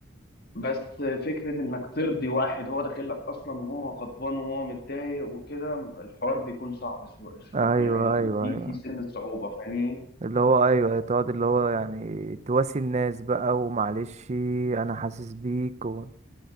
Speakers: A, on the left; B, on the right.
A: بس فكره انك ترضي واحد هو داخل لك اصلا وهو غضبان وهو متضايق وكده الحوار بيكون صعب سو-
B: ايوه
A: يعني
B: ايوه
A: في
B: ايوه
A: في سن صعوبه فاهمني
B: اللي هو ايوه تقعد اللي هو يعني تواسي الناس بقى ومعلش انا حاسس بيك و...